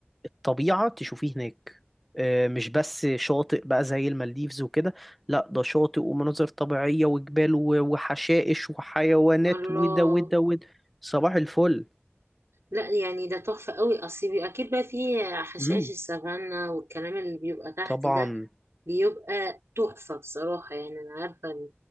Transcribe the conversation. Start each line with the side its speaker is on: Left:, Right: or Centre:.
Centre: طبيعة تشوفيه هناك آه، مش بس شاطئ بقى زي المالديفز وكده لا ده شاطئ ومناظر طبيعية وجبال و- وحشائش وحيوانات
Right: الله
Centre: وده وده وده صباح الفل
Right: لا يعني ده تحفة قوي اصل بي- اكيد بقى فيه حشائش
Centre: امم
Right: السافانا والكلام اللي بيبقى تحت
Centre: طبعا
Right: ده بيبقى تحفة بصراحة يعني انا عارفة ال-